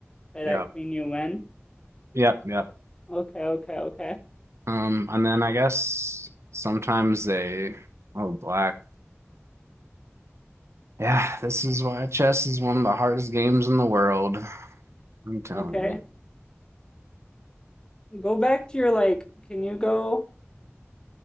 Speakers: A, on the left; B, on the right.
A: by
B: Yeah.
A: that queen you win.
B: Yep. Yep.
A: Okay, okay, okay.
B: Um, and then I guess sometimes they, oh, black. Yeah, this is why chess is one of the hardest games in the world. I'm telling
A: Okay.
B: you.
A: Go back to your like can you go